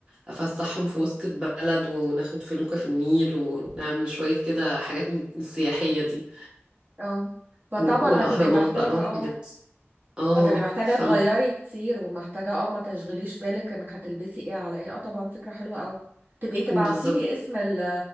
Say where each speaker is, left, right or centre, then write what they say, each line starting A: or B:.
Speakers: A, on the right (about 20°); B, on the right (about 45°).
A: افسحهم في وسط البلد وناخد فلوكة في النيل ونعمل شويه كده حاجات من السياحيه دي
B: اه فطبعا
A: والاهرامات
B: هتبقي محتاجة
A: بقى والحاجات
B: اه
A: دي. اه
B: هتبقي محتاجة
A: ف
B: تغيري كتير ومحتاجة اه ما تشغليش بالك انك هتلبسي ايه على ايه اه طبعا فكرة حلوة قوي تبقي تبعتيلي
A: بالظبط
B: اسم ال